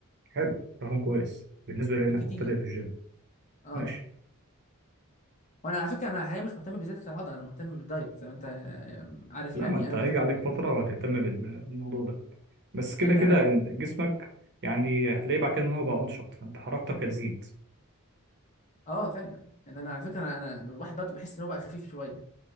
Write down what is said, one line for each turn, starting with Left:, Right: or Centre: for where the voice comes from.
Right: حلو رقم كويس بالنسبة لأنك
Left: بالكتير
Right: مبتدئ في الجيم
Left: اه
Right: ماشي
Left: وانا على فكره انا حاليا مش مهتم بزياده العضله انا مهتم بالدايت زي ما انت آه، عارف
Right: لا
Left: يعني
Right: ما أنت
Left: انا
Right: هيجي
Left: مهتم
Right: عليك
Left: بالدايت
Right: فترة وهتهتم بال- بالموضوع ده بس كده
Left: لان
Right: كده
Left: انا
Right: أنت جسمك يعني هتلاقيه بعد كده إن هو بقى أنشط فأنت حركتك هتزيد
Left: اه فعلا ان انا على فكره انا, أنا الواحد برضه بحس ان هو بقى خفيف شويه